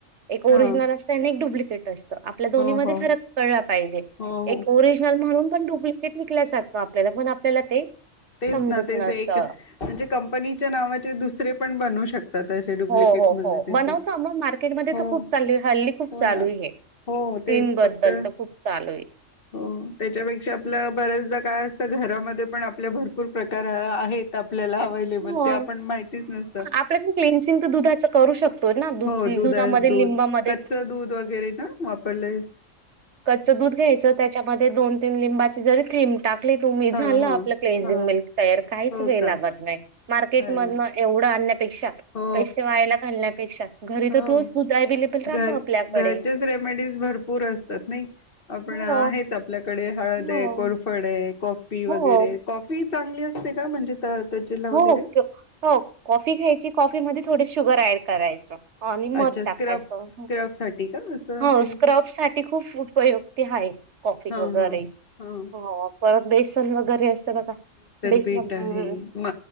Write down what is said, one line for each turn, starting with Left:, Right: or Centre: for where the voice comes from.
Right: एक ओरिजिनल
Left: हा
Right: असतं आणि एक डुप्लिकेट असत. आपल्या दोन्ही
Left: हो
Right: मध्ये
Left: हो
Right: फरक कळाला पाहिजे,
Left: हो हो
Right: एक ओरिजनल म्हणून पण डुप्लिकेट विकला जातो आपल्याला पण आपल्याला ते
Left: तेच
Right: समजत
Left: ना तेच
Right: नसतं.
Left: एक म्हणजे कंपनीच्या नावाचे दुसरे पण बनवु शकत आ तसेे डुप्लिकेट
Right: हो, हो,
Left: मग
Right: हो.
Left: येतेत,
Right: बनवता मग मार्केटमध्ये
Left: हो
Right: तर खूप
Left: हो
Right: चालू आहे. हल्ली खूप चालू
Left: ना.
Right: आहे हे.
Left: हो
Right: स्किनबद्दल
Left: तेच फक्त
Right: तर खूप चालू आहे.
Left: हो त्याच्यापेक्षा आपलं बऱ्याचदा काय असतं, घरामध्ये पण आपल्या भर पूर प्रकार आहेत आप आपल्याला अवेलेबल
Right: मग
Left: ते आपण माहितीच नसत.
Right: आपल्यातलं क्लेन्सिंग तर दुधाचं करू शकतो ना.
Left: हो दूध.
Right: दुधामध्ये
Left: दही, दूध,
Right: लिंबामध्ये
Left: कच्च दूध वगैरे ना वापरले
Right: कच्च दूध घ्यायचं, त्याच्यामध्ये दोन तीन लिंबाची जरी थेंब टाकली तूमी
Left: हा
Right: झाल
Left: हा
Right: आपलं क्लीझिंग
Left: हा
Right: मिल्क तयार काहीच
Left: हो
Right: वेळ
Left: का
Right: लागत नाही. मार्केट
Left: अरे
Right: मधन एवढं अन्या पेक्षा
Left: हो
Right: पैसे वायाला घालण्या पेक्षा, घरी
Left: हो
Right: तर रोज दुध अवेलेबल राहत
Left: घर
Right: आपल्याकडे.
Left: घरचेच रेमेडीज भरपूर असतात नाही, आपण
Right: हो.
Left: आहेत आपल्या कडे हळद
Right: हो.
Left: आहे कोरफड आहे. कॉफी वगैरे
Right: हो.
Left: कॉफी चांगली असते का? म्हणजे त त्वचेला वगैरे
Right: हो हो, कॉफी घ्यायची कॉफी मध्ये थोडी शुगर ऍड करायचं. ह आणि मध
Left: अच्छा
Right: टाकायचं.
Left: स्क्रब स्क्रब साठी का असं
Right: हो,
Left: हे
Right: स्क्रब साठी खूप उपयुक्ती आहे, कॉफी
Left: हा
Right: वगैरे.
Left: हा हा
Right: हो, परत बेसन वगैरे असते बघा बेसन
Left: पीठ आहे
Right: हम.
Left: म